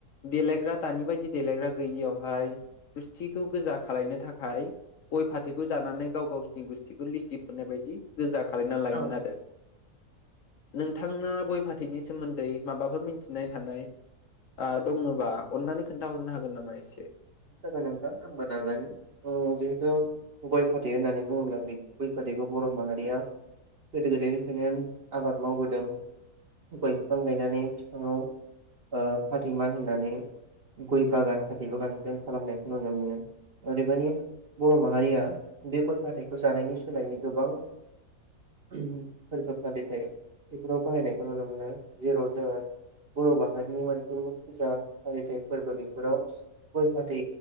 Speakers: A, on the left; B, on the right.
A: देलायग्रा दानि बायदि देलायग्रा गैयियावहाय गुस्थि खौ गोजा खालायनो थाखाय गय-फाथैखौ जानानै गाव गावसिनि गुस्थिखौ लिस्टि फुननाय बायदि गोजा खालायना लायोमोन
B: औ
A: आरो। नोंथाङा गय फाथैनि सोमोन्दै माबाफोर मिथिनाय थानाय दङबा अन्नानै खोन्थाहरनो हागोन नामा? एसे
B: जागोन नोंथां आंबो नाजायो जिहेथु गय -फाथै होननानै बुङोब्ला बे गय -फाथैखौ बर' माहारिया गोदो गोदायनिफ्रायनो आबाद मावबोदों। गय बिफां गायनानै बिफाङाव फाथै मान होनानै गय बागान फाथै बागान जों खालामनायखौ नुनो मोनो। अदेबानि बर' माहारिया बे गय -फाथैखौ जानायनि सोलायै गोबां फोरबो फालिथाय बेफोराव बाहायनायखौ नुनो मोनो। जेराव जोङो बर' माहारिनि मोनफ्रोमबो फुजा- फालिथाय फोरबो बेफोराव गय-फाथै